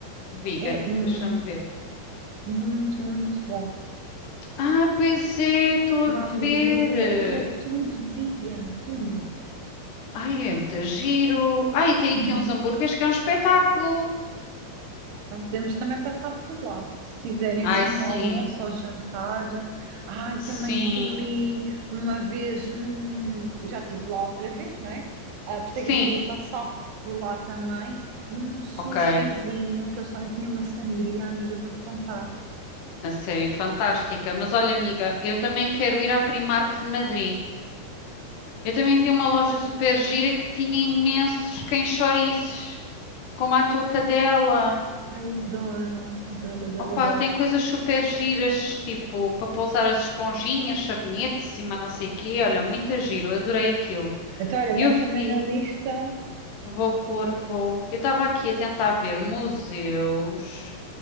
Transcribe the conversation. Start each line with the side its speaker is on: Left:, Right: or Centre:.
Left: Vegan,
Right: É muito,
Left: deixa-me ver.
Right: muito, muito bom.
Left: Ah, pois é, estou
Right: Uma
Left: a
Right: hamburgueria
Left: ver.
Right: e é tudo vegan, tudo.
Left: Ai, é muito giro. Ai, tem
Right: Uhum.
Left: aqui uns hambúrgueres que é um espetáculo.
Right: Então podemos também passar por lá. Se quiserem,
Left: Ai,
Right: sim,
Left: sim,
Right: um almoço ou jantar. Ai, também
Left: sim,
Right: comi uma vez num. Já estive lá outra vez, não é? Ah, por isso
Left: sim,
Right: é que eu queria passar por lá também, num sushizinho,
Left: ok.
Right: que eles também tinham uma sangria, amiga, eu vou-te contar.
Left: A sério, fantástica. Mas olha, amiga, eu também quero ir à Primark de Madrid. Eu também vi uma loja super gira que tinha imensos cães-chouriços, como a tua cadela.
Right: Ai, adoro, adoro, adoro,
Left: Opa,
Right: adoro.
Left: tem coisas super giras, tipo, para pousar as esponjinhas, sabonetes, cima não sei quê. Olha, muito giro, eu adorei aquilo.
Right: Então, olha, mete
Left: E eu vi,
Right: também na lista.
Left: vou pôr, vou. Eu estava aqui a tentar ver museus